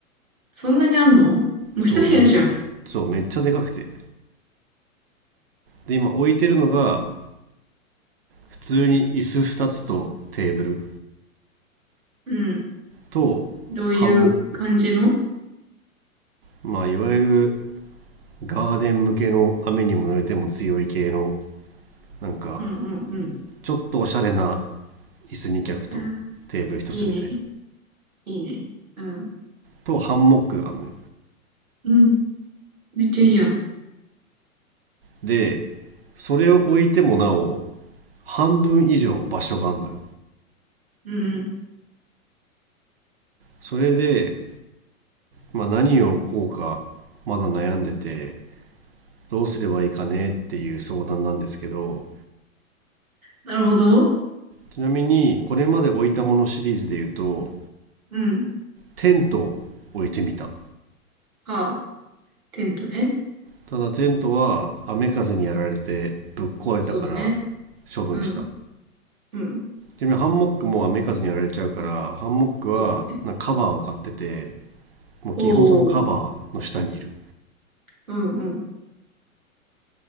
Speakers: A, on the right (about 75°); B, on the right (about 45°).
A: そんなにあんのもう一部屋じゃん。
B: そう、め、そう、めっちゃでかくて。で、今置いてるのが、普通に椅子2つとテーブル
A: うん。
B: とハンモック。
A: どういう感じの
B: まあ、いわゆるガーデン向けの雨にも濡れても強い系の、なんか、
A: うんうんうん。
B: ちょっとおしゃれな椅子2脚とテーブル1つみたいな。
A: あー、いいね。いいね。うん。
B: とハンモックがあるのよ。
A: うん。めっちゃいいじゃん。
B: で、それを置いてもなお、半分以上場所があるのよ。
A: うんうん。
B: それで、まあ、何をこうかまだ悩んでてどうすればいいかねっていう相談なんですけど
A: なるほど。
B: ちなみにこれまで置いたものシリーズで言うと
A: うん。
B: テントを置いてみた
A: はあ、テントね。
B: ただテントは雨風にやられてぶっ壊れたから
A: そうだね。
B: 処分した
A: うん。うん。
B: ちなみにハンモックも雨風にやられちゃうからハンモックはなんかカバーを買ってて
A: そうだね。
B: もう基本そのカバーの下にいる
A: おーおー。うんうん。